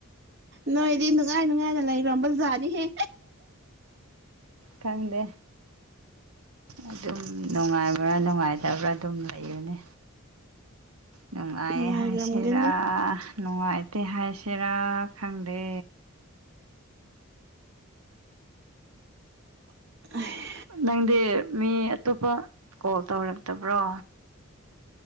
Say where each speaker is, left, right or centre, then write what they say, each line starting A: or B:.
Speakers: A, on the right (about 50°); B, on the right (about 85°).
A: ꯅꯣꯏꯗꯤ ꯅꯨꯡꯉꯥꯏ ꯅꯨꯡꯉꯥꯏꯅ ꯂꯩꯈꯝꯕꯖꯥꯅꯤꯍꯦ
B: ꯈꯪꯗꯦ ꯑꯗꯨꯝ ꯅꯨꯡꯉꯥꯏꯕ꯭ꯔꯥ ꯅꯨꯡꯉꯥꯏꯇꯕ꯭ꯔꯥ ꯑꯗꯨꯝ ꯂꯩꯕꯅꯦ ꯅꯨꯡꯉꯥꯏ
A: ꯅꯨꯡꯉꯥꯏꯔꯝꯒꯅꯤ
B: ꯍꯥꯏꯁꯦꯔꯥ ꯅꯨꯡꯉꯥꯏ ꯇꯦ ꯍꯥꯏꯁꯤꯔꯥ ꯈꯪꯗꯦ
A: <unintelligible>
B: ꯅꯪꯗꯤ ꯃꯤ ꯑꯇꯣꯞꯄ ꯀꯣꯜ ꯇꯧꯔꯛꯇꯕ꯭ꯔꯣ